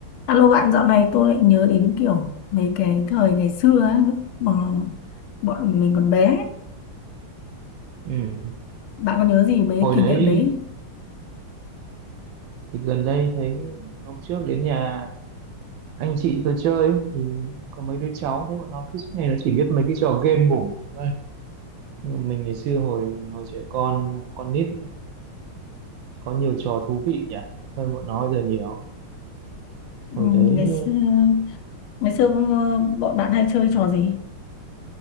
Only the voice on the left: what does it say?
Alo bạn dạo này tôi lại nhớ đến kiểu mấy cái thời ngày xưa ấy, lúc mà bọn mình còn bé ấy.
Bạn có nhớ gì mấy cái
kỷ
niệm đấy?
Ừ,
ngày xưa ngày xưa ừ, bọn bạn hay chơi trò gì?